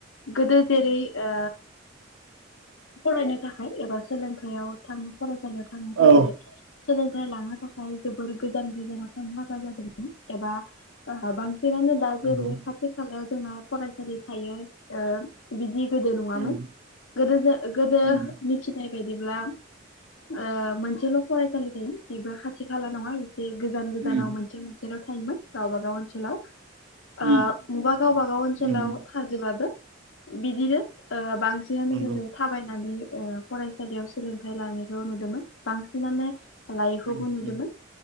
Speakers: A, on the left; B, on the right.
A: गोदो जेरै ओ फरायनो थाखाय एबा सोलों बेयाव थाम फरायसालियाव। थांनो थाखाय
B: औ
A: सोलों थाय लानो थाखाय जोबोर गोजान गोजानाव थांनो नागा जादोंमोन एबा ओ बां <unintelligible> दा जेरै
B: नंगौ
A: खाथि खाला। जोंना फरायसालि थायो ओ बिदि गोदो नङामोन
B: उम
A: गोदो गोदो
B: उम
A: मिथिनाय बिदिब्ला ओ मोनसेल' फरायसालि थायोमोन बेबो खाथि खाला नङा बे गोजान गोजानाव
B: उम
A: मोनसे मोनसेल' था थायोमोन गावबा गाव ओनसोलाव।
B: उम
A: ओ मबा गावबागाव ओनसोलाव
B: नंगौ
A: थाजोबाबो बिदिनो ओ बांसिनानो
B: नंगौ
A: गोदो थाबायनानै ओ फरायसालियाव सोलोंथाइ लानाय नुनो मोनदोमोन बांसिनानो। लायिखौबो
B: उम
A: नुदोंमोन
B: उम